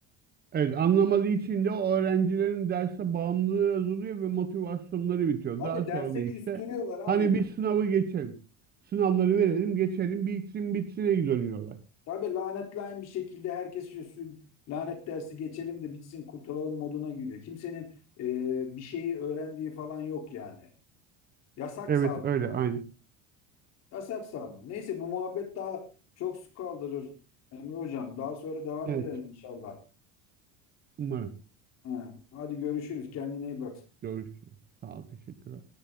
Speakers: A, on the right (about 25°); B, on the left (about 45°).
A: Evet anlamadığı için de o öğrencilerin derse bağımlılığı azalıyor ve motivasyonları bitiyor.
B: Abi
A: Daha sonra
B: derse
A: da işte
B: küstürüyorlar abi.
A: hani bir sınavı geçelim. Sınavları verelim geçelim bitsin bitsine dönüyorlar.
B: Tabii lanetlayın bir şekilde herkes şu lanet dersi geçelim de bitsin kurtulalım moduna giriyor. Kimsenin e, bir şeyi öğrendiği falan yok yani. Yasak
A: Evet
B: sal,
A: öyle aynı.
B: yasak salma. Neyse bu muhabbet daha çok su kaldırır Emre Hocam. Daha sonra devam
A: Evet
B: edelim inşallah.
A: umarım.
B: Ha, hadi görüşürüz. Kendine iyi bak.
A: Görüşürüz. Sağ ol teşekkür